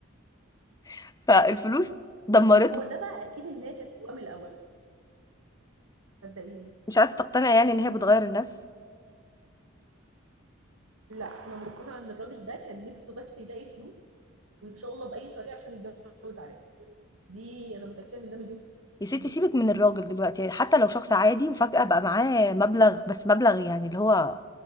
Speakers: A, on the left; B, on the right.
A: <laughs> فالفلوس دمرته
B: ما هو ده بقى اكيد ان هي كانت جواه من الاول صدقيني
A: مش عايزه تقتنع يعني ان هي بتغير الناس
B: لا انا مقتنعه ان الراجل ده كان نفسه بس يلاقي فلوس وان شاء الله باي طريقه عشان يتجوز عليها دي انا متاكده من ده مليون
A: يا ستي
B: في الميه
A: سيبك من الراجل دلوقتي يعني حتى لو شخص عادي وفجأة بقى معاه مبلغ بس مبلغ يعني اللي هو